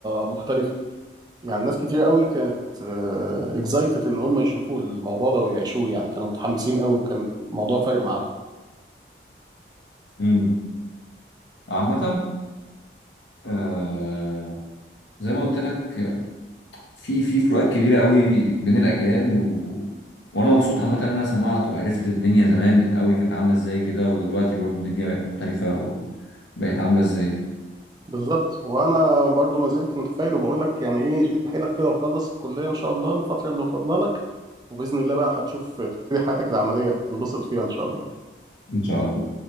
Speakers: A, on the right; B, on the left.
A: مختلفه يعني ناس كتير قوي كانت اكزايتد ان هم يشوفوا الموضوع ده ويعيشوه يعني كانوا متحمسين قوي وكان الموضوع فارق معاهم
B: مم. عامه آه زي ما قلت لك في في فروقات كبيرة قوي بين الأجيال و... وأنا مبسوط عامة إن أنا سمعت وعرفت الدنيا زمان قوي كانت عاملة إزاي كده ودلوقتي برضو الدنيا بقت مختلفة وبقت عاملة إزاي
A: بالظبط وانا برضو ما زلت متفائل وبقول لك يعني ايه شد حيلك كده وخلص الكليه ان شاء الله الفتره اللي فاضله لك وباذن الله بقى هتشوف تبتدي حياتك العمليه هتنبسط فيها ان شاء الله
B: إن شاء الله